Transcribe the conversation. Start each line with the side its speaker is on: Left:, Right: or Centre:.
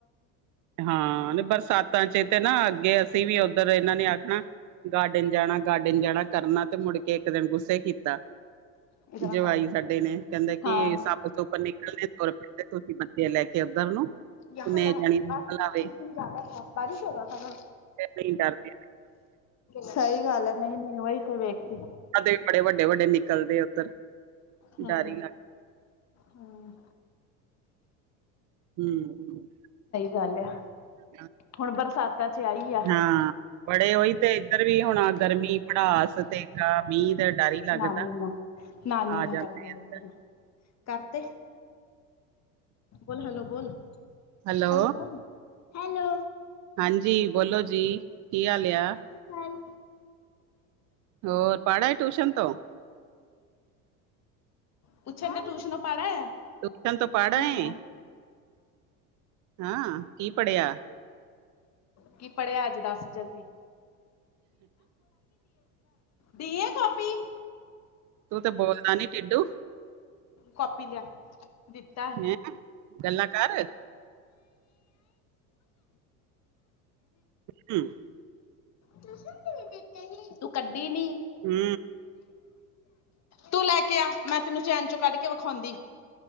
Right: ਹਾਂ, ਬਰਸਾਤਾਂ ਚ ਤੇ ਨਾ ਅੱਗੇ ਅਸੀਂ ਵੀ ਉੱਧਰ ਇਹਨਾਂ ਨੇ ਆਖਣਾ! ਗਾਰਡਨ ਜਾਣਾ, ਗਾਰਡਨ ਜਾਣਾ ਕਰਨਾ ਤੇ ਮੁੜ ਕੇ ਇੱਕ ਦਿਨ ਗੁੱਸੇ ਕੀਤਾ।
Left: ਇਹਦੇ ਨਾਲ
Right: ਜਵਾਈ
Left: ਪਾਣੀ
Right: ਸਾਡੇ ਨੇ, ਕਹਿੰਦੇ ਕਿ
Left: ਹਾਂ
Right: ਸੱਪ ਸੁੱਪ ਨਿਕਲਣੇ ਦ ਰੁਪਏ, ਤੁਸੀਂ ਬੱਚੇ ਲੈ ਕੇ ਤੁਰ ਪੈਂਦੇ ਉੱਧਰ ਨੂੰ।
Left: ਯਹਾਂ-ਯਹਾਂ
Right: ਕਿੰਨੇ ਜਾਣੀਆਂ
Left: ਤੱਕ ਆ,
Right: ਲਾਵੇ
Left: ਕੁਛ ਦਿਨ ਜ਼ਿਆਦਾ ਥ ਬਾਰਿਸ਼ ਹੋ ਰਹਾ ਥਾ ਨਾ।
Right: ਫਿਰ ਨਹੀਂ ਡਰਦੇ
Left: ਸਹੀ ਗੱਲ ਹੈ। ਨਹੀਂ ਨ ਤੇ ਵੇਖ ਕੇ
Right: ਦੇ ਬੜੇ ਵੱਡੇ-ਵੱਡੇ ਨਿਕਲਦੇ ਆ, ਉੱਧਰ
Left: ਹਮ,
Right: ਡਰ ਹੀ ਲੱਗ
Left: ਹਮ
Right: ਹਮ,
Left: ਗੱਲ ਆ
Right: ਹਮ
Left: ਹੁਣ ਬਰਸਾਤਾਂ ਚ ਆਈ ਆ।
Right: ਹਾਂ ਬੜੇ ਉਹੀ ਤੇ ਇੱਧਰ ਵੀ ਹੁਣ ਗਰਮੀ ਪੜਾਸ ਤੇਖਾ ਮੀਂਹ ਦਾ ਡਰ ਈ ਲੱਗਦਾ।
Left: ਨਾਨੀ ਨਾਲ ਨਾਨੀ
Right: ਆ
Left: ਨਾਲ
Right: ਜਾਂਦੇ
Left: ਗੱਲ ਕਰਨ
Right: ਇੱਧਰ।
Left: ਦੀ ਆ, ਕਰ ਤੇ ਬੋਲ ਹੈਲੋ, ਬੋਲ।
Right: ਹੈਲੋ
Left: ਹੈਲੋੋ, ਹੈਲੋ
Right: ਹਾਂਜੀ। ਬੋਲੋ ਜੀ, ਕੀ ਹਾਲੀਆ?
Left: ਹਨ
Right: ਹੋਰ ਪੜ੍ਹ ਆਏ। ਟਿਊਸ਼ਨ ਤੋਂ
Left: ਪੁੱਛਣ ਦਏ, ਟਊਸ਼ਨੋ ਪੜ੍ਹਾ ਆਇਆ?
Right: ਪੁਸ਼ਪ ਤੋਂ ਫੜ
Left: ਬੋਲ
Right: ਆਏ।
Left: ਹਾਂ
Right: ਹਾਂ। ਕੀ ਪੜ੍ਹਿਆ?
Left: ਕੀ ਪੜ੍ਹਿਆ ਅੱਜ ਦੱਸ ਜਲਦੀ ਦੀਏ ਕਾਪੀ
Right: ਤੂੰ ਤੇ ਬੋਲਦਾ ਨੀ ਟਿੱਡੂ
Left: ਕਾਪੀ ਲਿਆ, ਦਿੱਤਾ
Right: ਹੈਂ ਗੱਲਾਂ ਕਰ ਹ <inaudible>
Left: ਤੁਸੀ ਮੇਰੇ ਬੇਟੇ ਹੀ ਕੱਢੀ ਨੀ
Right: ਹੂੰ,
Left: ਤੂੰ ਲੈ ਕੇ ਆ, ਮੈਂ ਤੈਨੂੰ ਚੈਨ ਚੋਂ ਕੱਢ ਕੇ ਵਿਖਾਉਂਦੀ,